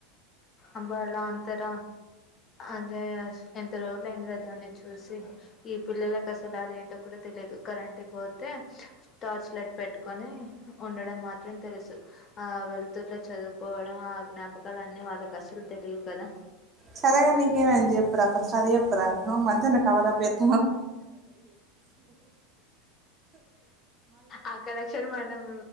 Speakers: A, on the left; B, on the right.
A: అబ్బా లాంతర? అదే అస్ ఎంత రోజుల అయిందిలే దాన్ని చూసి, ఈ పిల్లల కసలు అదేంటో కూడ తెలియదు కరెంట్ పో తే టార్చ్ లైట్ పెట్టుకొని ఉండడం మాత్రం తెలుసు. ఆ వెళుతుర్ల చదువుకోవడం, ఆ జ్ఞాపకాలు అన్ని వాళ్ళకి అస్సలు తెలివు కదా.
B: సరేగాని నీకేమైంది చెప్పురా, ఫస్ట్ అది చెప్ పర మనం మంచిగనే కవరా పేత
A: ఆ కలెక్షన్ మనం